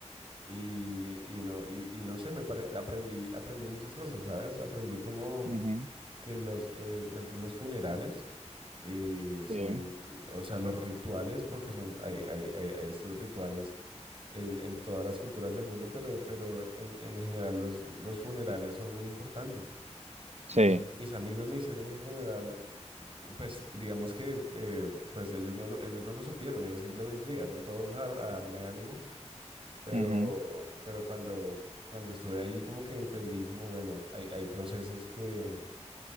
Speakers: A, on the right; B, on the right.
A: Y, y, no, y, y no sé, me pare- aprendí, aprendí muchas cosas, ¿sabes? Aprendí como
B: ujú,
A: que los, eh, por ejemplo, los funerales eh, son,
B: Sí.
A: o sea, los rituales, porque son, hay, hay, hay, hay estos rituales en, en todas las culturas del mundo, pero, pero en, en general los, los funerales son muy importantes.
B: Sí.
A: Y mis amigos me hicieron un funeral, pues digamos que eh, pues ellos no lo, ellos no lo supieron, ellos simplemente llegaron todos a, a darme ánimo, pero,
B: ujú,
A: pero cuando, cuando estuve ahí como que entendí como, bueno, hay, hay procesos que